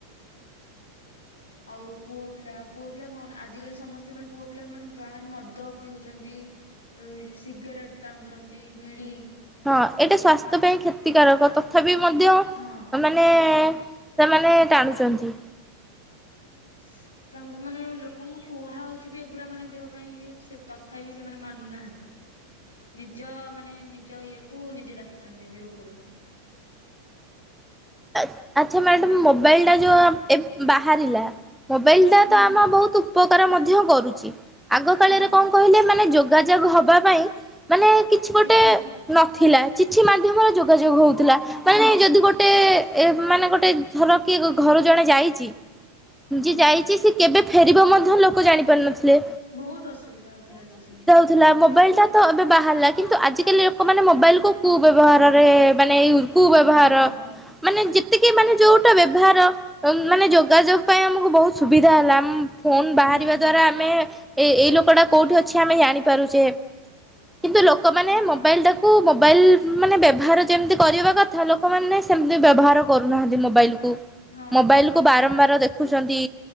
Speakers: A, on the left (about 70°); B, in the centre.
A: ଆଉ ପୁଅ ପିଲା, ପୁଅ ପିଲା କଣ ଆଜିକାଲି ସମସ୍ତେ ମାନେ ପୁଅ ପିଲା ମାନେ ବାହାରେ ମଦ ପିଉଛନ୍ତି, ଏ ସିଗାରେଟ ଟାଣୁଛନ୍ତି, ବିଡ଼ି
B: ହଁ ଏଇଟା ସ୍ଵାସ୍ଥ୍ୟ ପାଇଁ କ୍ଷତିକାରକ ତଥାପି ମଧ୍ୟ ମାନେ
A: ହଁ।
B: ମାନେ ସେମାନେ ଟାଣୁଛନ୍ତି।
A: <inaudible> ତାଙ୍କୁ ମାନେ ଲୋକଙ୍କୁ କୁହାହୋଉଛି ବି ଏଗୁରା ମାନେ ଦେହ ପାଇଁ ସେ ତଥାପି ସେମାନେ ମାନୁନାହାନ୍ତି ନିଜ ମାନେ ନିଜ ଇଏକୁ ନିଜେ ଡାକୁଛନ୍ତି ଯେମତି ରୋଗକୁ।
B: ଆ ଆଚ୍ଛା ମ୍ୟାଡ଼ାମ୍ ମୋବାଇଲଟା ଯେଉଁ ଏବ୍ ବାହାରିଲା ମୋବାଇଲଟା
A: ହୁଁ
B: ତ
A: ହୁଁ
B: ଆମ ବହୁତ ଉପକାର ମଧ୍ୟ କରୁଛି। ଆଗ କାଳରେ
A: ହଁ
B: କଣ କହିଲେ ମାନେ ଯ ଯୋଗାଯୋଗ ହବା ପାଇଁ ମାନେ କିଛି ଗୋଟେ
A: ଚିଠି
B: ନଥିଲା ଚିଠି ମାଧ୍ୟମର ଯୋଗାଯୋଗ ହେଉଥିଲା। ମାନେ ଯଦି
A: ହଁ।
B: ଗୋଟେ ଏ ମାନେ ଗୋଟେ ଧର କିଏ ଘରୁ ଜଣେ ଯାଇଛି। ଯିଏ
A: ହୁଁ
B: ଯାଇଛି ସେ କେବେ ଫେରିବ ମଧ୍ୟ ଲୋକ ଜାଣିପାରୁନଥିଲେ।
A: ବହୁତ ଅସୁବିଧା ହଉଥିଲା ହେତବେଳସିକି।
B: ଥିଲା ମୋବାଇଲଟା ତ ଏବେ ବାହାରିଲା କିନ୍ତୁ ଆଜିକାଲି ଲୋକମାନେ ମୋବାଇଲକୁ କୁ ବ୍ୟବହାରରେ ମାନେ ୟୁ କୁ ବ୍ୟବହାର
A: ହଁ
B: ମାନେ ଯେତିକି ମାନେ ଯୋଉଟା ବ୍ୟବହାର ମାନେ ଯୋଗାଯୋଗ ପାଇଁ ଆମକୁ ବହୁତ ସୁବିଧା ହେଲା ଆମ ଫୋନ ବାହାରିବା
A: ହୁଁ ହୁଁ
B: ଦ୍ଵାରା ଆମେ ଏ ଏଇ ଲୋକ ଟା କୋଉଠି ଅଛି ଆମେ ଜାଣିପାରୁଛେ। କିନ୍ତୁ ଲୋକମାନେ
A: ହଁ
B: ମୋବାଇଲ
A: ହଁ
B: ଟା କୁ ମୋବାଇଲ ମାନେ ବ୍ୟବହାର ଯେମିତି କରିବା କଥା ଲୋକମାନେ ସେ ବ୍ୟବହାର କରୁନାହାନ୍ତି ମୋବାଇଲ କୁ
A: ହଁ
B: ମୋବାଇଲ
A: ହଁ।
B: କୁ ବାରମ୍ବାର ଦେଖୁଛନ୍ତି